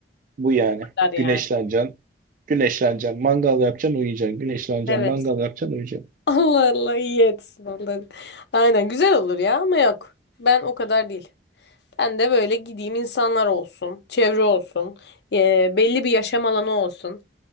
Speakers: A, on the right; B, on the left.
A: bu yani.
B: akar yani.
A: Güneşleneceksin. Güneşleneceksin. Mangal yapacaksın uyuyacaksın. Güneşleneceksin.
B: Evet.
A: Mangal yapacaksın uyuyacaksın.
B: <laughs> Allah Allah iyi etsin Allah. Aynen güzel olur ya ama yok. Ben o kadar değil. Ben de böyle gideyim insanlar olsun, çevre olsun, eee, belli bir yaşam alanı olsun.